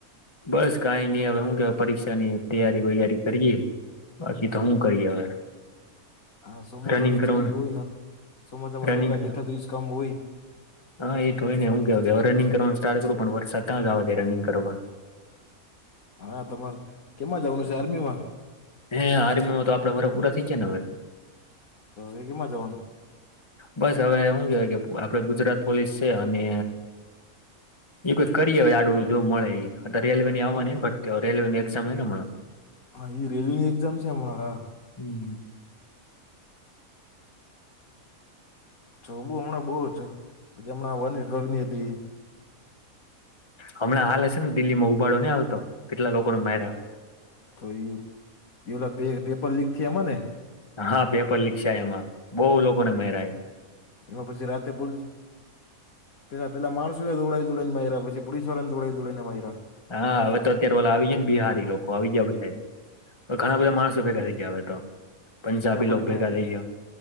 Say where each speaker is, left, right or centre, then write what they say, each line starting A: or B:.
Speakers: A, on the left; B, on the left.
A: બસ કઈ નઈ હવે હું કે પરીક્ષાની તૈયારી વૈયારી કરીએ બાકી તો હું કરી હવે
B: હા ચોમાસા
A: રનિંગ
B: ન
A: કરવાનું
B: તો હોય ને ચોમાસા માં
A: રનિંગ
B: નવરા બેઠા તો એજ કામ હોય
A: હા એ તો હોય ને હું કેવા કે હવે રિંગ કરવાનું સ્ટાર્ટ કરું પણ વરષતાં જવા દે રનિંગ કરવા
B: હા તમારે કેમાં જવાનું છે આર્મી માં
A: હે આરમીમાં તો આપડાે ભરા પૂરા થઈ જાય ને હવે
B: તો એ કેમાં જવાનું
A: બસ હવે હું કેવાય કે આપડે ગુજરાત પોલીસ છે અને એ કોઈ કરીએ હવે આડું જો મળે એ આ રેલ્વે
B: હમણાં
A: ની આવવા એન ભરતી રેલવે ની એક્ઝામ એને
B: હા એ રેલ એક્ઝામ્સ છે મણારા
A: હમ
B: છો બુ હમણાં બહુ છે પછી હમણાં વન વિભાગની હતી
A: હમણાં હાલે હ છે ને દિલ્હી માં ઉબાડો નહી હાલતો કેટલા લોકો ન મેરા
B: તો એ ઓલા પેપર લીક થ એમાં ને
A: હા પેપર લીક છેાય એમાં બહુ લોકોને મેરાય
B: એમાં પછી રાતે પોલીસ પેલા પેલા માણસો ને દોડાઈ દોડીને માર પછી પોલીસ વાળાને દોડાઈ દોડી ને માયરા
A: હા હવે તો અત્યારે ઓલા આવી જાય ને બિહારી લોકો આવી ગયા બધામ તો ઘણા બધા માણસો ભેગા થઈ ગયા આવે તો પંજાબી
B: કે આપડે
A: લોકો
B: અહીંયા
A: ભેગા થઈ ગયા.